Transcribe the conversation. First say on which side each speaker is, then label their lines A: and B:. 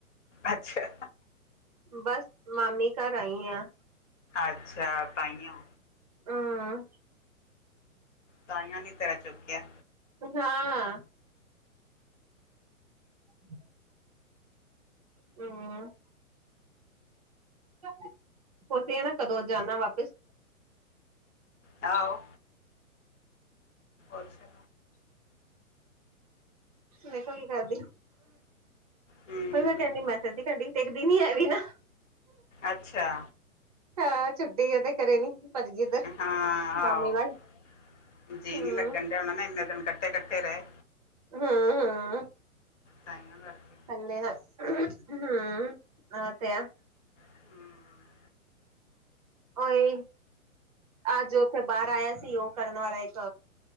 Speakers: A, on the left; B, on the right.
A: ਅੱਛਾ।
B: ਬਸ ਮਾਮੀ ਘਰ ਆਈ ਆ।
A: ਅੱਛਾ ਤਾਈਓ।
B: ਹਮ
A: ਤਾਈੳ ਨੀ ਤੇਰਾ ਚੁੱਕਿਆ
B: ਹਾਂ। <inaudible> ਹੂੰ ਤੁਸੀਂ ਨਾ ਕਦੋਂ ਜਾਣਾ ਵਾਪਸ।
A: ਆਹੋ। ਅੱਛਾ।
B: ਵੇਖੋ ਕੀ ਕਰਦੀ।
A: ਹਮ
B: ਉਈ ਮੈਂ ਕਹਿੰਦੀ ਮੈਂ ਮੈਸਜ ਟੰਗਡੀ ਟਿੱਗਦੀ ਨੀ ਹੈਗੀ ਨਾ।
A: ਅੱਛਾ
B: ਹਾਂ। ਛੁੱਟੀ ਉਹਦੇ ਕਰੇ ਨੀ ਭੱਜ ਗਈ ਉੱਧਰ
A: ਹਾਂ। ਆਹੋ
B: ਮਾਮੀ ਵੱਲ
A: ਜੀਅ
B: ਹਮ
A: ਨੀ ਲੱਗਣ ਦਿਆ ਹੋਨਾ ਇੰਨੇ ਦਿਨ ਕੱਠੇ ਕੱਠੇ ਰਹੇ।
B: ਹੂੰ - ਹੂੰ।
A: ਤਹੀਂੳ ਕਰਕੇ।
B: ਥੱਲੇ ਦਾ ਹੂੰ ੳਹ ਤੇ ਹੈ।
A: ਹਮ
B: ਓਏ। ਅਜ ਉੱਥੇ ਬਾਹਰ ਆਇਆ ਸੀ। ਉਹ ਕਰਨ ਵਾਲਾ ਇੱਕ